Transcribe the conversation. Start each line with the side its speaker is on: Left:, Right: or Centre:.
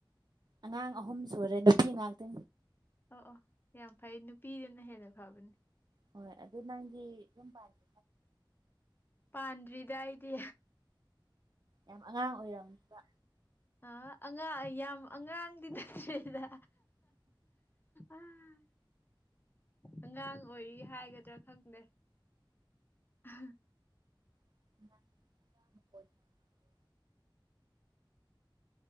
Right: ꯑꯉꯥꯡ ꯑꯍꯨꯝ ꯁꯨꯔꯦ ꯅꯨꯄꯤ ꯉꯥꯛꯇ
Left: ꯑꯣ ꯑꯣ ꯌꯥꯝ ꯐꯩ ꯅꯨꯄꯤꯗꯅ ꯍꯦꯟꯅ ꯐꯕꯅꯤ
Right: ꯍꯣꯏ ꯑꯗꯨ ꯅꯪꯒꯤ ꯌꯨꯝ ꯄꯥꯒꯦ
Left: ꯄꯥꯟꯗ꯭ꯔꯤꯗꯥꯏꯗꯤ
Right: ꯌꯥꯝ ꯑꯉꯥꯡ ꯑꯣꯏꯔꯝꯅꯤꯕ
Left: ꯑ ꯑꯉꯥꯡ ꯌꯥꯝ ꯑꯉꯥꯡꯗꯤ ꯅꯠꯇ꯭ꯔꯦꯗ ꯎꯝ ꯑꯉꯥꯡ ꯑꯣꯏꯔꯤ ꯍꯥꯏꯒꯗ꯭ꯔꯥ ꯈꯪꯗꯦ ꯑ
Right: <inaudible>